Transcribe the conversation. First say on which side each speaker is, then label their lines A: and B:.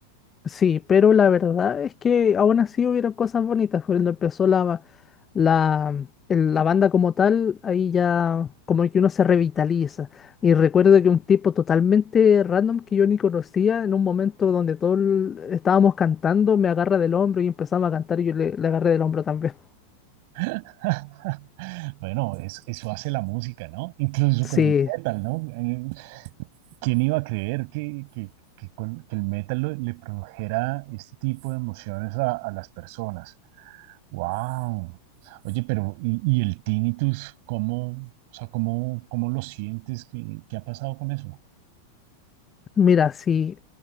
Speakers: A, on the left; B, on the right.
A: Sí, pero la verdad es que aún así hubieron cosas bonitas. Cuando empezó la, la, el- la banda como tal, ahí ya como que uno se revitaliza. Y recuerdo que un tipo totalmente random que yo ni conocía, en un momento donde todos estábamos cantando, me agarra del hombro y empezamos a cantar y yo le, le agarré del hombro también.
B: <laughs> Bueno, es- eso hace la música, ¿no? Incluso
A: Sí,
B: con el metal, ¿no? Eh, ¿Quién iba a creer que, que, que con, que el metal lo- le produjera este tipo de emociones a, a las personas? ¡Wow! Oye, pero ¿y, y el tinnitus, cómo, o sea, cómo, cómo lo sientes? ¿Qué, qué ha pasado con eso?
A: Mira, si